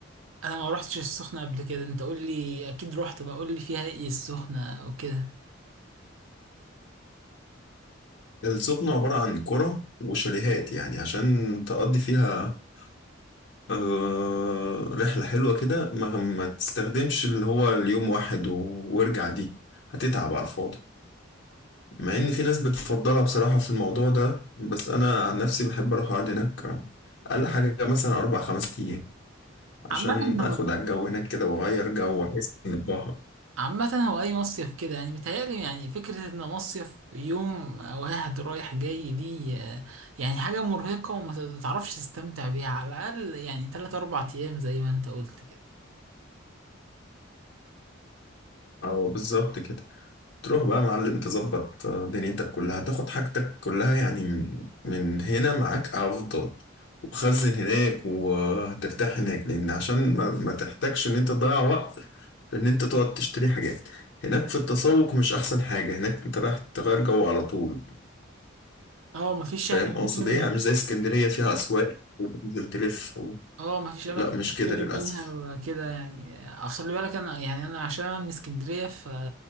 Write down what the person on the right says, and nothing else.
انا ما روحتش السخنة قبل كده انت قول لي اكيد روحت بقى قول لي فيها ايه السخنة وكده
عامة
هو
عامة هو اي مصيف كده يعني متهيألي يعني فكرة ان مصيف يوم واحد رايح جاي دي آه، يعني حاجة مرهقة وما تعرفش تستمتع بيها على الاقل يعني تلات اربع ايام زي ما انت قلت كده
اه مفيش
يعني اماكن
اه ما فيش اماكن
تشتري
منها كده يعني آه، خلي بالك انا يعني انا عشان أنا من اسكندريه ف